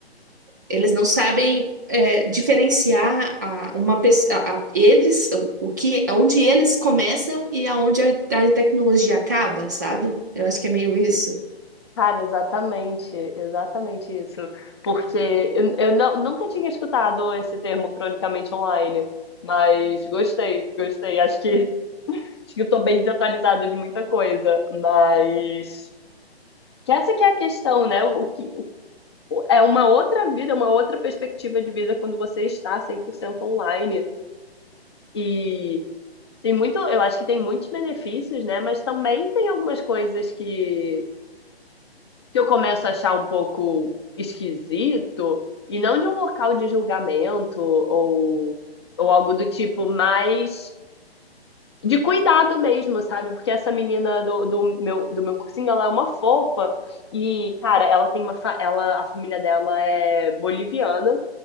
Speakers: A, on the right (about 20°); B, on the left (about 25°).
A: eles não sabem é, diferenciar a, uma pessoa, a, a- eles, o, o que, onde eles começam e aonde a, a tecnologia acaba, sabe? Eu acho que é meio isso.
B: Cara, exatamente, exatamente isso. Porque eu, eu não, nunca tinha escutado esse termo cronicamente online, mas gostei, gostei. Acho que, acho que eu tô bem desatualizada de muita coisa, mas que essa que é a questão, né? O que, é uma outra vida, é uma outra perspectiva de vida quando você está 100% online. E tem muito, eu acho que tem muitos benefícios, né? Mas também tem algumas coisas que, que eu começo a achar um pouco esquisito, e não de um local de julgamento ou, ou algo do tipo, mas de cuidado mesmo, sabe? Porque essa menina do, do meu, do meu cursinho, ela é uma fofa, e, cara, ela tem uma, fa- ela, a família dela é boliviana.